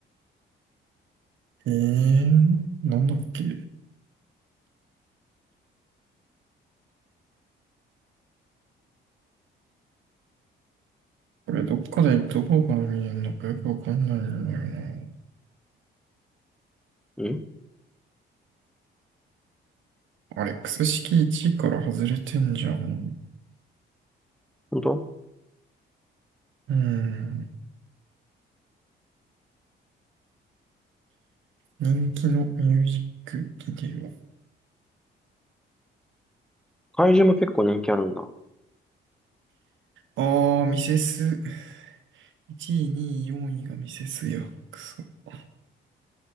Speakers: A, on the right (about 75°); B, in the centre.
A: えー、なんだっけこれどっかでどこから見えるのかよくわかんないんだよな。
B: ん
A: アレックス式1位から外れてんじゃん。
B: 本当
A: うん。人気のミュージックビデ
B: 怪獣も結構人気あるんだ。
A: オ。あー、ミセス。1位、2位、4位がミセスや。くそ。こ